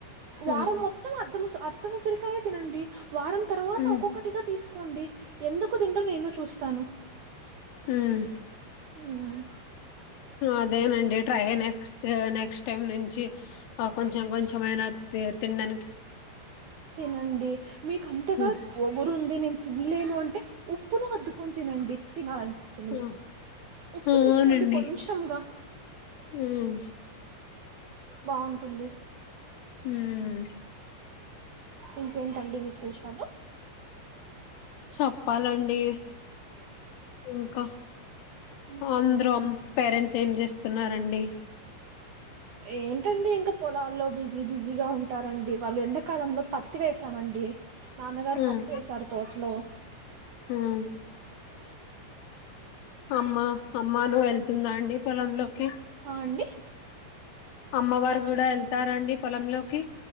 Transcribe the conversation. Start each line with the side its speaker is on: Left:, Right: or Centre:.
Right: వారం
Left: ఉమ్
Right: మొత్తం అర్థం ఉసిరికాయ తినండి వారం తర్వాత
Left: ఉమ్
Right: ఒక్కొక్కటిగా తీస్ కోండి ఎందుకు తినరో నేను చూస్తాను
Left: హమ్
Right: హ్మ్
Left: అదేనండి ట్రై నెక్స్ట్ టైమ్ నుంచి కొంచెం కొంచెం అయినా తిన్ తిండా
Right: తినండి మీకంతగా
Left: హ్మ్.
Right: ఒగురుంది నేను తినలేను అంటే ఉప్పును హద్కొనీ తినండి తినాల ఇస్తుంది
Left: హ్మ్.
Right: మీకు ఉప్పు
Left: ఆ!
Right: తీసుకోండి
Left: అవునండి
Right: కొంచంగా
Left: హ్మ్.
Right: బాన్ టుంది
Left: ఉమ్
Right: ఇంకేంటండి విశేషాలు
Left: చెప్పాలండి. ఇంకా
Right: ఇంకే
Left: అందరం పేరెంట్స్ ఏం చేస్త తిన్నారండి.
Right: ఏంటండి. ఇంకా పొలాల్లో బిజీ బిజీగా ఉంటారండి. వాళ్ళు ఎండాకాలంలో పత్తి వేేశామండి. నాన్నగారు
Left: హ్మ్.
Right: పత్తి వేశారు. తోటలో
Left: హ్మ్. అమ్మ అమ్మను వెళ్తుందా అండి పొలంలోకి
Right: ఆ అండి.
Left: అమ్మవారు కూడా వెళ్తారండి. పొలంలోకి